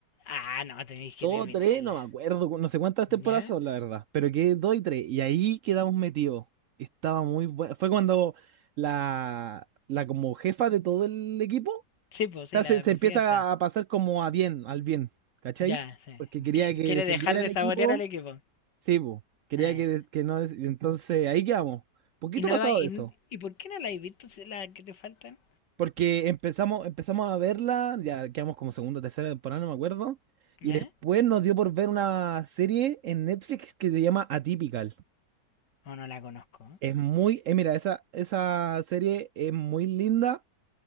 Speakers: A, on the left; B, on the right.
A: Ah, no, tenéis que
B: dos
A: terminarla.
B: tres, no me acuerdo, no sé cuántas temporadas
A: ¿Ya?
B: son, la verdad, pero que dos y tres, y ahí quedamos metidos. Estaba muy bueno. Fue cuando la, la como jefa de todo el equipo, o
A: Sí, pues
B: sea,
A: sí, la
B: se, se
A: presidenta.
B: empieza a pasar como a bien, al bien, ¿cachai?
A: Ya, sí.
B: Porque quería
A: Qui-
B: que
A: Quiere
B: descendiera
A: dejar de
B: el equipo,
A: sabotear al equipo.
B: sí, po, quería
A: Ah.
B: que, des- que no, des- entonces ahí quedamos, poquito
A: Y no
B: pasado
A: va- y,
B: de eso.
A: ¿y por qué no la has visto si la que te faltan?
B: Porque empezamos, empezamos a verla, ya quedamos como segunda o tercera temporada, no me acuerdo.
A: ¿Ya?
B: Y después nos dio por ver una serie en Netflix que se llama Atypical.
A: O no la conozco.
B: Es muy, eh, mira, esa, esa serie es muy linda,